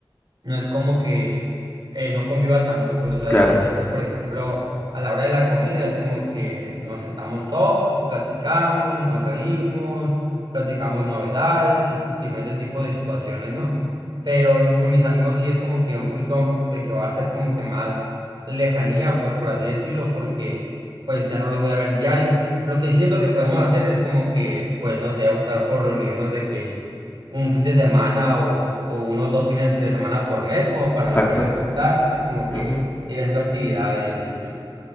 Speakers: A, on the right; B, on the left.
A: no es como que eh, no conviva tanto, pues, o sea,
B: Claro,
A: de que siempre, por ejemplo, a la hora de la comida es como que nos sentamos todos y platicamos, nos reímos, platicamos novedades y diferentes tipos de situaciones, ¿no? Pero con mis amigos sí es como que un poquito de que va a ser como que más lejanía, pues, por así decirlo, porque pues ya no los voy a ver diario. Lo que sí siento que podemos hacer es como que, pues, no sé, optar por reunirnos de que un fin de semana o, o unos dos fines de semana por mes, como para
B: exacto.
A: no perder contacto y como que
B: Ujú.
A: ir haciendo actividades y así, pues.